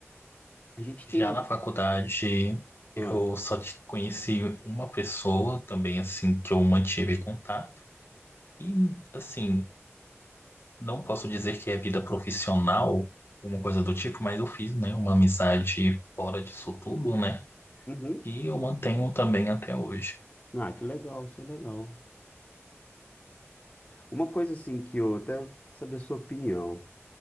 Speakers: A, on the left; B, on the left.
A: A gente tem
B: Já
A: algum...
B: na faculdade,
A: Ah,
B: eu só te- conheci uma pessoa também, assim, que eu mantive contato. E, assim, não posso dizer que é vida profissional, alguma coisa do tipo, mas eu fiz, né, uma amizade fora disso tudo, né?
A: uhum.
B: E eu mantenho também até hoje.
A: Ah, que legal, isso é legal. Uma coisa assim que eu até saber a sua opinião.